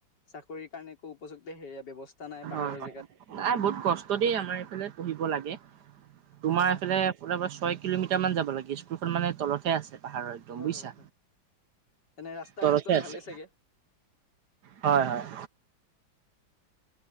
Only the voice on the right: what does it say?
হয়, হয়,
নাই বহুত কষ্ট দ আমাৰ এইফালে পঢ়িব লাগে। তোমাৰ
এইফালে ওল ছয় কিলোমিটাৰ মান যাব লাগে স্কুলখন মানে তলতহে আছে। পাহাৰৰ একদম
বুজিছা
তলতে
আছে।
হয়, হয়,